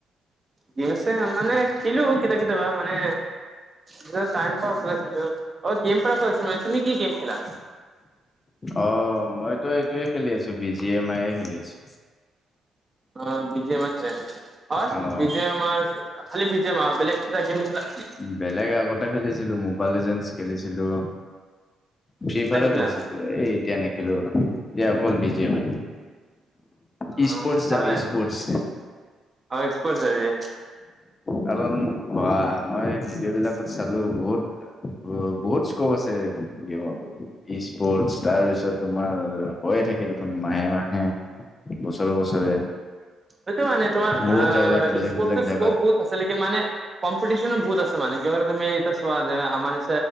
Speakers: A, on the right; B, on the left.
A: কি আছে মানে খেলো কেতিয়া কেতিয়াবা মানে কেতিয়াবা টাইম পাও গেম পৰা কৈছো তুমি কি গেম খেলা?
B: অ', মইতো এইটোয়ে খেলি আছোঁ বি জি এম আইয়ে খেলি আছোঁ।
A: অ', বি জি ম আছে
B: অ',
A: বিজেমাৰ খালি বিজে মাৰ আৰু বেলেগ কা গেম নেখেলাে নেকি
B: বেলেগ আগতে খেলিছিলোঁ মোবাইল এজেন খেলিছিলোঁ। ফ্ৰী ফায়াৰো
A: নিখিলা
B: খেলিছে এ এতিয়া নেখেলো আৰু এয়া গল বি জে এম। ই
A: অ',
B: স্পৰ্টছ
A: ভালে
B: যাম ই
A: <unintelligible>
B: স্পৰ্টছ
A: ইছ কৰি যি।
B: কাৰণ অ', মই ভিডিঅ' বিলাকত চালোঁ বহুত বহুত স্কোপ আছে দেখ গেমতো ই স্পৰ্টচ। তাৰপিছত তোমাৰ হৈয়ে থাকে দেখোন মাহে, মাহে বছৰে, বছৰে।
A: সেটো মানে তোমাৰ
B: বহুত জাগাত বেলেগ
A: স্পৰ্টৰ
B: বেলেগ জাগাত
A: স্কোপ বহুত আছিলকে মানে কম্পিটিশনো বহুত আছে মানে কলে তুমি এতিয়া চোৱা যে আমাৰ নি